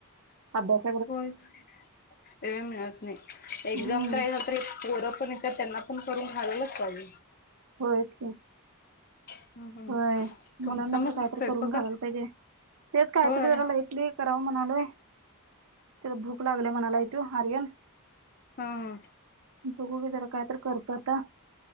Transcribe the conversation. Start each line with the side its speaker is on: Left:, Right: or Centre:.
Right: अभ्यास.
Left: होयच ते मिळत नाही एक्झाम
Right: हम्म
Left: <unintelligible> पोर पण. त्यात त्यांना पण करून घालायलाच लावीन.
Right: हो हेतचकी.
Left: हम्म हम्म
Right: होय
Left: तुमचं
Right: मुलाना तर
Left: मग
Right: काहीतरी
Left: स्वयंपाक
Right: करून घालायला पाहिजे, तेच काहीतरी
Left: होय
Right: जरा
Left: हम्म
Right: लाइटली कराव म्हणालोय तर भूक लागली म्हणालाय त्यो आर्यन.
Left: हं हं!
Right: बघू ग जरा काय तर करतो आता.